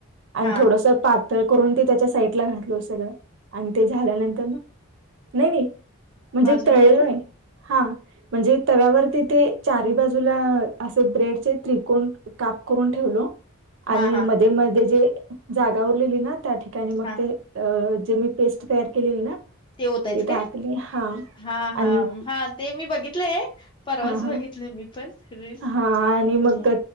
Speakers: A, on the right; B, on the left.
A: आणि
B: हां.
A: थोडंसं पातळ करून ते त्याच्या साईडला घातलो सगळं. आणि ते झाल्यानंतर मग नाही मी म्हणजे
B: भाजून
A: तळलोय.
B: घ्यायचं?
A: हा म्हणजे तव्यावरती ते चारी बाजूला असे ब्रेडचे त्रिकोण काप करून ठेवलो आणि
B: हां, हां,
A: मध्ये मध्ये जे जागा उरलेली ना त्या ठिकाणी मग
B: हां.
A: ते जे अ मी पेस्ट तयार केलेली ना
B: ते ओतायच
A: ती टाकली
B: काय?
A: हा
B: हा, हा,
A: आणि
B: हा ते मी बघितलेय. परवाच
A: हा हा
B: बघितले मी पण रील्स.
A: हा आणि मग
B: हम्म